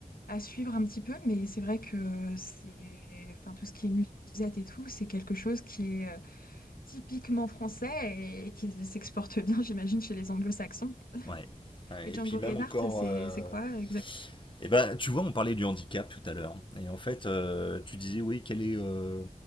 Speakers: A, on the left; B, on the left.
A: à suivre un petit peu. Mais c'est vrai que c'est, enfin, tout ce qui est musette et tout, c'est quelque chose qui est euh, typiquement français et qui s'exporte bien, j'imagine, chez les anglo-saxons.
B: Ouais. Ouais,
A: Et
B: Et
A: Django
B: puis même
A: Reinhardt,
B: encore,
A: c'est
B: euh,
A: c'est quoi exact?
B: Et ben, tu vois, on parlait du handicap tout à l'heure. Et en fait, euh, tu disais, oui, quel est euh,